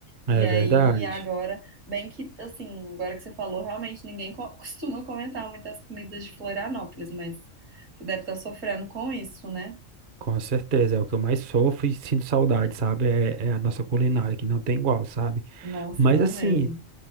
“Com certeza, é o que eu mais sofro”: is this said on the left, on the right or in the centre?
Right